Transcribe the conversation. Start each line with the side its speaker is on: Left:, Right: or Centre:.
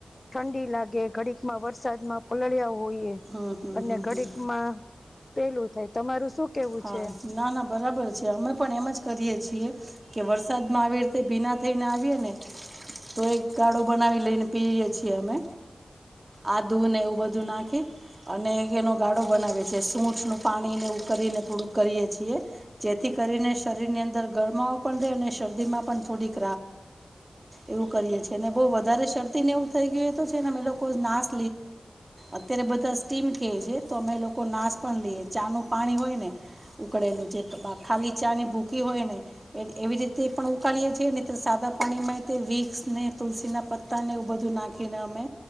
Left: ઠંડી લાગે ઘડીકમાં વરસાદમાં પલળ્યા હોઈએ.
Right: હમ હમ
Left: અને
Right: હમ
Left: ઘડીક
Right: હમ
Left: માં પેલું થાય તમારું શું કેવું
Right: હા
Left: છે
Right: ના ના બરાબર છે, અમે પણ એમ જ કરીએ છીએ. કે વરસાદમાં આવી રીતે ભીના થઈને આવીએ ને તો એક ગાળો બનાવી લઈને પીએ છીએ અમે આધૂ ને એવું બધું નાખે અને એનો ગાળો બનાવે છે, સૂઠ નું પાણીને એવું કરીને. થોડું કરીએ છીએ જેથી કરીને શરીર ની અંદર ગરમાવો પણ રહેે અને શરદીમાં પણ થોડીક. એવું કરીેી બ વધારે શરદી ને એવું થઈ ગય તો છે, એ લોકો નાશ. અત્યારે બધા સ્ટીમ કે છે, તો અમે લોકો નાશ પણ લઈએ ચાનું પાણી હોય ને. ઉકળેલું જે ખાલી ચા ની ભૂખ હોય ને એવી રીતે પણ ઉકાળીએ છેએ ને. સાદા પાણીમાં વીકસ ને તુલસી ના પત્તા ને એવું બધું નાખીને અમે